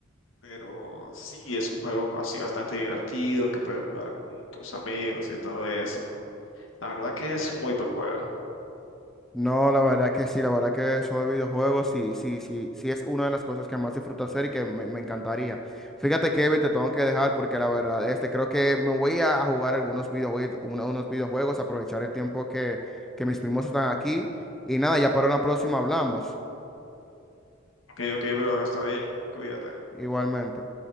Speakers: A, on the left; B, in the centre.
A: Pero sí, es un juego así bastante divertido que puedes jugar con tus amigos y todo eso. La verdad que es muy buen juego.
B: No, la verdad que sí, la verdad que eso de videojuegos sí, sí, sí, sí es una de las cosas que más disfruto hacer y que me, me encantaría. Fíjate, Kevin, te tengo que dejar porque la verdad, este, creo que me voy a, a jugar algunos videojuegos, unos videojuegos, aprovechar el tiempo que, que mis primos están aquí. Y nada, ya para una próxima hablamos.
A: Ok, ok, bro, está bien, cuídate.
B: Igualmente.